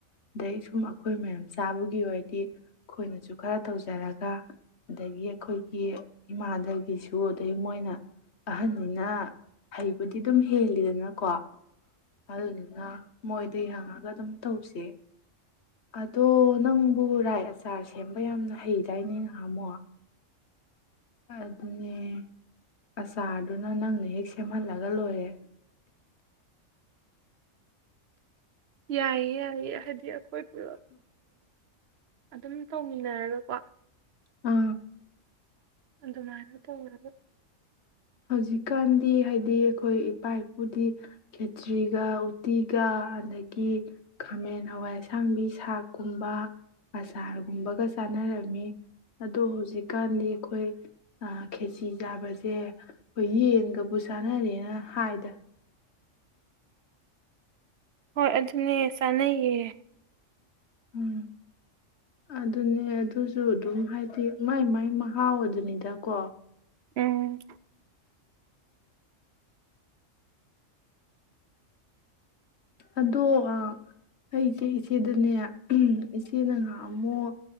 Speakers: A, on the left; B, on the right.
A: ꯑꯗꯩ ꯁꯨꯝ ꯑꯩꯈꯣꯏ ꯃꯌꯥꯝ ꯆꯥꯕꯒꯤ ꯑꯣꯏꯔꯗꯤ ꯑꯩꯈꯣꯏꯅꯁꯨ ꯈꯔ ꯇꯧꯖꯔꯒ ꯑꯗꯒꯤ ꯑꯩꯈꯣꯏꯒꯤ ꯏꯃꯥꯗꯒꯤ ꯒꯤꯁꯨ ꯑꯗꯩ ꯃꯣꯏꯅ ꯑꯍꯟꯅꯤꯅ ꯍꯥꯏ ꯕꯨꯗꯤ ꯑꯗꯨꯝ ꯍꯦꯜꯂꯤꯗꯅꯀꯣ ꯑꯗꯨꯗꯨꯅ ꯃꯣꯏꯗ ꯌꯦꯡꯉꯒ ꯑꯗꯨꯝ ꯇꯧꯁꯦ ꯑꯗꯣ ꯅꯪꯕꯨ ꯔꯥꯏ ꯑꯆꯥꯔ ꯁꯦꯝꯕ ꯌꯥꯝꯅ ꯍꯩꯗꯥꯏꯅꯦ ꯍꯥꯝꯃꯣ ꯑꯗꯨꯅꯦ ꯑꯆꯥꯔꯗꯨꯅ ꯅꯪꯅ ꯍꯦꯛ ꯁꯦꯝꯍꯜꯂꯒ ꯂꯣꯏꯔꯦ
B: ꯌꯥꯏꯌꯦ ꯌꯥꯏꯌꯦ ꯍꯥꯏꯗꯤ ꯑꯩꯈꯣꯏ ꯄꯨꯂꯞ ꯑꯗꯨꯝ ꯇꯧꯃꯤꯟꯅꯔꯒꯀꯣ
A: ꯑ
B: ꯑꯗ ꯃꯅꯇ ꯑꯣꯏꯔꯔꯕ
A: ꯍꯧꯖꯤꯛꯀꯥꯟꯗꯤ ꯍꯥꯏꯗꯤ ꯑꯩꯈꯣꯏ ꯏꯄꯥ ꯏꯄꯨꯗꯤ ꯈꯦꯇ꯭ꯔꯤꯒ ꯎꯇꯤꯒ ꯑꯗꯒꯤ ꯈꯥꯃꯦꯟ ꯍꯋꯥꯏ ꯑꯁꯥꯡꯕꯤ ꯁꯥꯛꯀꯨꯝꯕ ꯑꯆꯥꯔꯒꯨꯝꯕꯒ ꯆꯥꯅꯔꯝꯃꯤ ꯑꯗꯣ ꯍꯧꯖꯤꯛꯀꯥꯟꯗꯤ ꯑꯩꯈꯣꯏ ꯈꯦꯆ ꯆꯥꯕꯁꯦ ꯍꯣꯏ ꯌꯦꯟꯒꯕꯨ ꯆꯥꯟꯅꯔꯦꯅ ꯍꯥꯏꯗ
B: ꯍꯣꯏ ꯑꯗꯨꯅꯦ ꯆꯥꯅꯩꯌꯦ
A: ꯎꯝ ꯑꯗꯨꯅꯦ ꯑꯗꯨꯁꯨ ꯑꯗꯨꯝ ꯍꯥꯏꯗꯤ ꯃꯥꯏ ꯃꯥꯏ ꯃꯍꯥꯎ ꯑꯗꯨꯅꯤꯗꯀꯣ
B: ꯎꯝ
A: ꯑꯗꯣ ꯑꯩ ꯏꯆꯦ ꯏꯆꯦꯗꯅꯦ ꯏꯆꯦꯅ ꯉꯍ ꯑꯃꯨꯛ